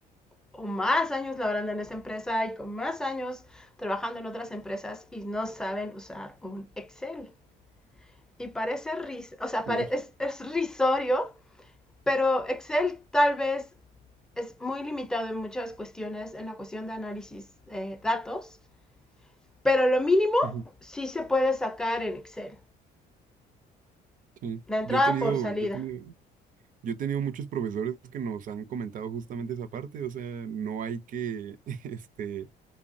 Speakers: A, in the centre; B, on the right.
A: o más años laborando en esa empresa y con más años trabajando en otras empresas y no saben usar un Excel. Y parece, ris o sea,
B: Uy.
A: pare es, es risorio, pero Excel tal vez es muy limitado en muchas cuestiones, en la cuestión de análisis de eh, datos, pero lo mínimo
B: ujú,
A: sí se puede sacar en Excel,
B: sí.
A: la entrada
B: Yo he tenido,
A: por salida.
B: yo he tenido, Yo he tenido muchos profesores que nos han comentado justamente esa parte, o sea, no hay que, <laughs> este,